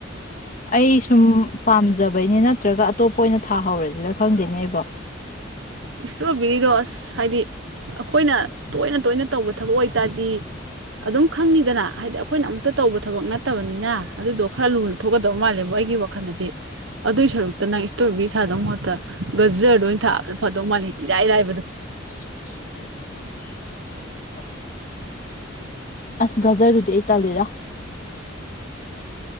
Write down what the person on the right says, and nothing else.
ꯏꯁꯇ꯭ꯔꯣꯕꯦꯔꯤꯗꯣ ꯑꯁ ꯍꯥꯏꯗꯤ ꯑꯩꯈꯣꯏꯅ ꯇꯣꯏꯅ ꯇꯣꯏꯅ ꯇꯧꯕ ꯊꯕꯛ ꯑꯣꯏꯇꯥꯗꯤ ꯑꯗꯨꯝ ꯈꯪꯅꯤꯗꯅ ꯍꯥꯏꯗꯤ ꯑꯩꯈꯣꯏꯅ ꯑꯃꯨꯛꯇ ꯇꯧꯕ ꯊꯕꯛ ꯅꯠꯇꯕꯅꯤꯅ ꯑꯗꯨꯗꯣ ꯈꯔ ꯂꯨꯅ ꯊꯣꯛꯀꯗꯕ ꯃꯥꯜꯂꯦꯕꯣ ꯑꯩꯒꯤ ꯋꯥꯈꯜꯗꯗꯤ ꯑꯗꯨꯏ ꯁꯔꯨꯛꯇ ꯅꯪ ꯏꯁꯇ꯭ꯔꯣꯕꯦꯔꯤ ꯊꯥꯗꯧ ꯃꯍꯨꯠꯇ ꯒꯖꯔꯗ ꯑꯣꯏꯅ ꯊꯥꯕꯗ ꯐꯗꯧ ꯃꯥꯜꯂꯦ ꯏꯔꯥꯏ ꯂꯥꯏꯕꯗꯣ